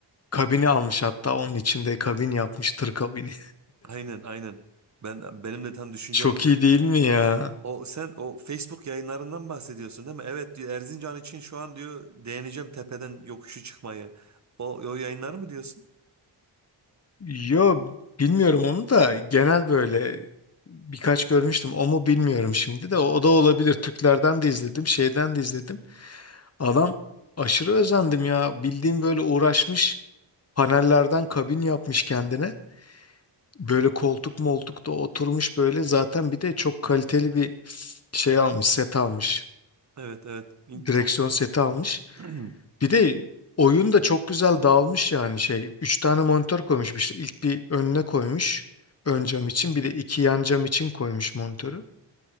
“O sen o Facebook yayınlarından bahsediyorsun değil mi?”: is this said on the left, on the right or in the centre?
Right